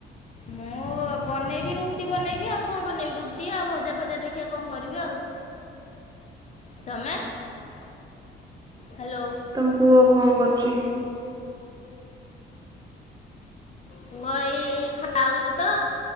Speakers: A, on the left; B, on the right.
A: ମୁଁ ବନେଇବି ରୁଟି ବନେଇବି ଆଉ କଣ ବନେଇବି ରୁଟି ଆଉ ଭଜା ଫଜା ଦେଖିବା କଣ କରିବି ଆଉ।
B: <unintelligible>
A: ତମେ ହ୍ୟାଲୋ।
B: ତମ ପୁଅ କଣ କରୁଛି?
A: ପୁଅ ଏଇ ଖାଉଛି ତ